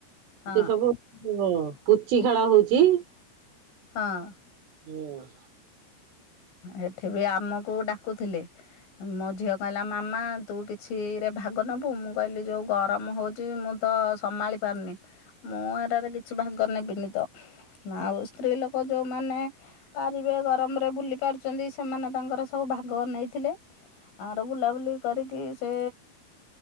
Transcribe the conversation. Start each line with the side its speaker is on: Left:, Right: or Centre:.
Left: ହଁ
Right: ସବୁ ପୁଚି ଖେଳ ହଉଚି।
Left: ହଁ!
Right: ହୁଁ
Left: ଏଠେ ବି ଆମକୁ ଡ଼ାକୁଥିଲେ। ମୋ ଝିଅ କ--ଲା ମାମା ତୁ କିଛିରେ ଭାଗ ନବୁ। ମୁଁ କଇଲି ଯଉ ଗରମ ହଉଚି ମୁଁ ତ ସମା ମୁଁ ଏରାରେ କିଛି ଭାଗ ନେବିିନ ତ। ଆଉ ସ୍ତ୍ରୀ ଲୋକ, ଯଉମାନେ ପାରିବେ। ର୍ମରେ ବୁଲି ପାରୁଚନ୍ତି, ସେମାନେ ତାଙ୍କର ସବୁ ଭାଗ ନେଇଥିଲେ। ବୁଲାବୁଲି କରିକି, ସେ